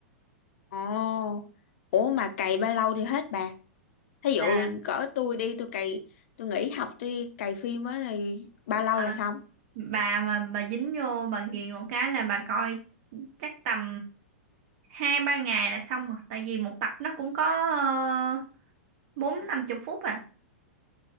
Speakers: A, on the left; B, on the right.
A: Ồ. Ủa mà cày bao lâu thì hết bà? Thí dụ
B: À,
A: cỡ tôi đi tôi cày tôi nghỉ học tôi cày phim á thì bao
B: à,
A: lâu là xong?
B: bà mà bà dính vô bà ghiền một cái là bà coi chắc tầm hai ba ngày là xong rồi tại vì một tập nó cũng có ờ, bốn năm chục phút à